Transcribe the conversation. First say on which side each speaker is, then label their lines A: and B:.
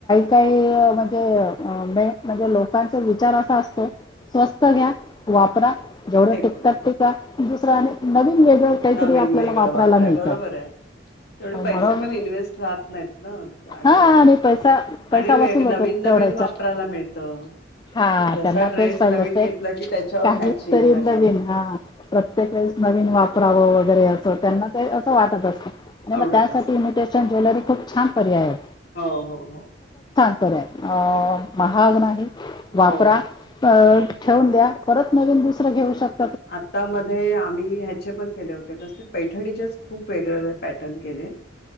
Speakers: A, on the left (about 20°); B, on the left (about 55°).
A: काही म्हणजे बक म्हणजे लोक लोकां <unintelligible> विचार असा असतो स्वस्त घ्या वापरा जेवढं
B: फेकून
A: टेिकतात
B: द्या.
A: ते का दुसरा आणि नवीन वेगळं काहीतरी
B: नवीन
A: आपल्याला
B: वेगळ
A: वापरायला
B: वापराय
A: मिळतं
B: बरोबर आहे तेवढे पैसे
A: म्हणून
B: पण इन्व्हेस्ट राहत नाहीत ना आणि
A: हा पैसा पैसा
B: आणि व
A: वसूल
B: <unintelligible>
A: होतो
B: नवीन
A: तेवढ्या
B: नवीन
A: ह्याच्यात
B: वापरायला मिळतं
A: हा
B: जसा
A: त्यांना
B: ड्रेस
A: तेच पाहिजे
B: नवीन
A: अस
B: घेतला की त्याच्यावर
A: काही
B: मॅचिंग
A: तरी
B: लगेच
A: नवीन हा प्रत्येक वेळेस नवीन वापर राव <unintelligible> वगैरे असं
B: बरोबर
A: त्यांना ते असं वाट तर बस आणि मग
B: आवडत
A: त्यासाठी
B: असत
A: इन्वििटेशन ज्वेलरी खूप छान पर्याय
B: हो हो हो.
A: बरं हाय अ.... महाग् नाही. वापरा
B: हो
A: अ
B: बरोबर
A: ठेवून द्या परत. नवीन दुसरं घेऊ शक-
B: आता-मध्ये आम्ही ह्याचे पण केले होते कसले. पैठणीच्याच खूप वेगळ वेगळे पॅटर्न केले.